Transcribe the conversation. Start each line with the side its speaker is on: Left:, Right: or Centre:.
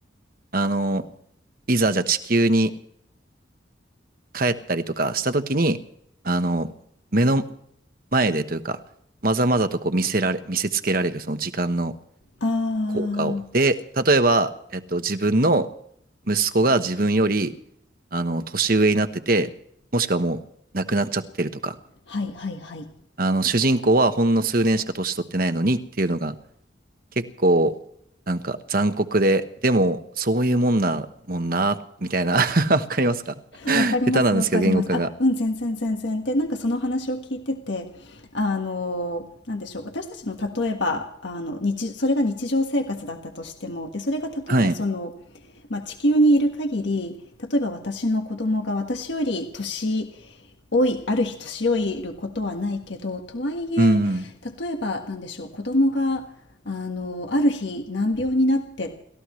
Right: あの、いざじゃあ地球に帰ったりとかした時に、あの、目の前でというか、まざまざとこう見せられ、見せつけられるその時間の
Left: ああ、
Right: 効果を。で、例えば、えっと、自分の息子が自分より、あの、年上になってて、もしくはもう亡くなっちゃってるとか、
Left: はいはいはい。
Right: あの、主人公はほんの数年しか年取ってないのにっていうのが、結構、なんか残酷で、でも、そういうもんな、もんな、みたいな <laughs> わかりますか <laughs>
Left: わかります、
Right: 下手なんですけど、
Left: わかります。
Right: 言語化が。
Left: あ、うん、全然全然。で、なんかその話を聞いてて、あの、なんでしょう、私たちの例えば、あの、日、それが日常生活だったとしても、で、それが例えばその、
Right: はい。
Left: まあ、地球にいる限り、例えば私の子供が私より年老いある日年老いることはないけどとはいえ
Right: うん。
Left: 例えばなんでしょう子供があのある日難病になって